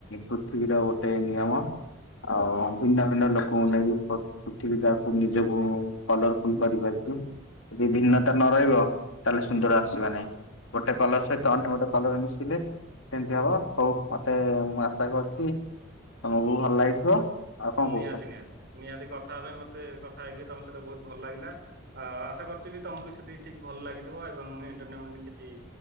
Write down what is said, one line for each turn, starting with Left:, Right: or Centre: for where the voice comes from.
Left: ପୃଥୀବିର ଗୋଟେ ନିୟମ ଆଉ
Right: ହୁଁ ହୁଁ
Left: ଭିନ୍ନ ଭିନ୍ନ ଲୋକ ଙ୍କୁ ନେଇକି ଉଠିକି ତାକୁ ନିଜକୁ କଲରଫୁଲ କରିପାରିବେ। ଯଦି ଭିନ୍ନତା ନ ରହିବ ତାହେଲେ ସୁନ୍ଦର ଆସିବ ନାହିଁ। ଗୋଟେ କଲର ସହିତ ଅନ୍ୟ ଗୋଟେ କଲର ମିଶିଲେ ସେମିତି ହବ ହଉ ମତେ ମୁଁ ଆଶା କରୁଛି ତମକୁ ଭଲ ଲାଗିଥିବ? ଆଉ କଣ
Right: ନିହାତି
Left: କହୁଛ
Right: ନିହାତି ନିହାତି କଥା ହେବା ପାଇଁ ମତେ କଥା ହେଇକି ତମ ସହିତ ବହୁତ ଭଲ ଲାଗିଲା ଆଶା କରୁଛି ବି ତମକୁ ସେତିକି ଠିକ ଭଲ ଲାଗିଥିବ ଏବଂ ଏଣ୍ଟରଟେନ କିଛି